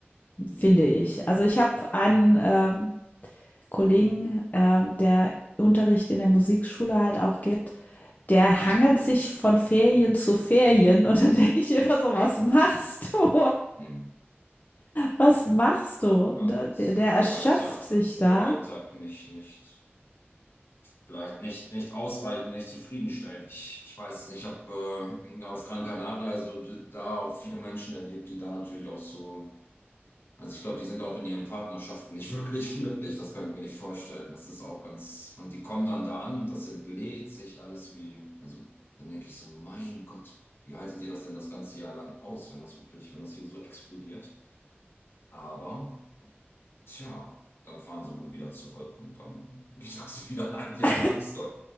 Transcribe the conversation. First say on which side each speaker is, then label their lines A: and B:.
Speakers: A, on the left; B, on the left.
A: finde ich. Also, ich habe einen, ähm, Kollegen, äh, der Unterricht in der Musikschule halt auch gibt, der hangelt sich von Ferien zu Ferien und dann denke ich immer so: „Was machst du?“
B: Hm.
A: Was machst du?
B: Ja,
A: Der,
B: das
A: der, der
B: ist
A: erschöpft
B: der Alltag,
A: sich
B: Das ist
A: da.
B: der Alltag nicht, nicht, vielleicht nicht, nicht ausreichend, nicht zufriedenstellend. Ich, ich weiß es nicht. Ich habe äh, auf Gran Canaria, also d- da auch viele Menschen erlebt, die da natürlich auch so, also ich glaube, die sind auch in ihren Partnerschaften nicht <laughs> wirklich glücklich. Das kann ich mir nicht vorstellen. Das ist auch ganz, und die kommen dann da an und das entlädt sich alles wie, also dann denke ich so, mein Gott. Wie haltet ihr das denn das ganze Jahr lang aus, wenn das wirklich, wenn das hier so explodiert? Aber, tja, dann fahren sie wohl wieder zurück und dann <laughs> geht das wieder ein Jahr
A: <laughs>
B: lang so.